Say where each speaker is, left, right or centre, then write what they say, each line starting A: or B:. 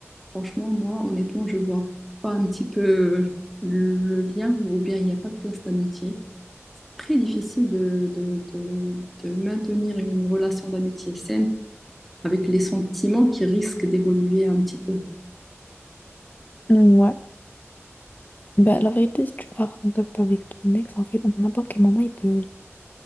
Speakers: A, in the centre; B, on the left.
A: Franchement, moi, honnêtement, je vois pas un petit peu le lien ou bien il n'y a pas de place d'amitié. Très difficile de, de, de- de maintenir une relation d'amitié saine avec les sentiments qui risquent d'évoluer un petit peu.
B: Mm, Ouais. Bah, la vérité, si tu vas en contact avec ton ex, en fait, à n'importe quel moment, il peut,